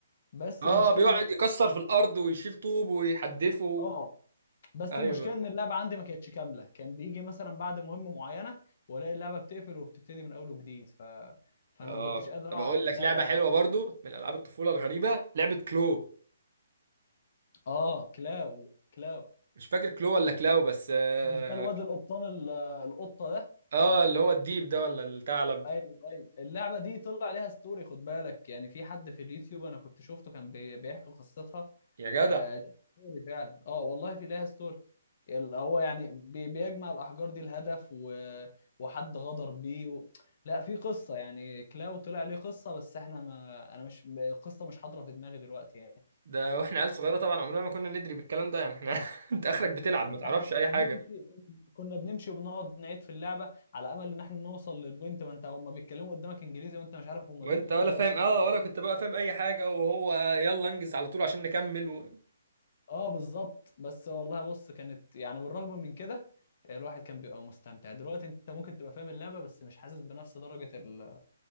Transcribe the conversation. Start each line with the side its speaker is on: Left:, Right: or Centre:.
Left: بس
Right: اه
Left: المشكله
Right: بيقعد
Left: ان
Right: يكسر في الارض ويشيل طوب ويحدفه
Left: اه بس
Right: ايوه
Left: المشكله ان اللعبه عندي ما كانتش كامله كان بيجي مثلا بعد مهمه معينه والاقي اللعبه بتقفل وبتبتدي من اول وجديد ف... فانا
Right: اه
Left: ما كنتش قادر
Right: طب
Left: اعرف
Right: اقول لك
Left: اللعبه
Right: لعبه
Left: بعد
Right: حلوه
Left: كده
Right: برضو من العاب الطفوله الغريبه لعبه كلو
Left: اه كلاو كلاو
Right: مش فاكر كلو ولا كلاو بس اه
Left: مش ده الواد القبطان ال- القطه ده
Right: آه، اللي هو الديب ده ولا الثعلب
Left: ايوه ايوه اللعبه دي طلع عليها ستوري خد بالك يعني في حد في اليوتيوب انا كنت شفته كان بي- بيحكي قصتها
Right: يا جدع
Left: آه ليها ستوري فعلا اه والله في لها ستوري ال- هو يعني بي- بيجمع الاحجار دي الهدف و... وحد غدر بيه و... لا في قصه يعني كلاو طلع ليه قصه بس احنا ما انا مش القصه مش حاضره في دماغي دلوقتي يعني
Right: ده واحنا عيال صغيره طبعا عمرنا ما كنا ندري بالكلام ده يعني احنا <laughs> انت اخرك بتلعب
Left: يا عم
Right: ما
Left: ده
Right: تعرفش
Left: احنا كنا
Right: اي حاجه
Left: بنمشي كنا كنا بنمشي وبنقعد نعيد في اللعبه على امل ان احنا نوصل للبوينت ما انت هم بيتكلموا قدامك انجليزي وانت مش عارف هم
Right: وانت
Left: بيقولوا
Right: ولا
Left: ايه
Right: فاهم
Left: اصلا
Right: اه ولا كنت بقى فاهم اي حاجه وهو يلا انجز على طول عشان نكمل و...
Left: اه بالظبط بس والله بص كانت يعني بالرغم من كده آه، الواحد كان بيبقى مستمتع دلوقتي انت ممكن تبقى فاهم اللعبة بس مش حاسس بنفس درجة ال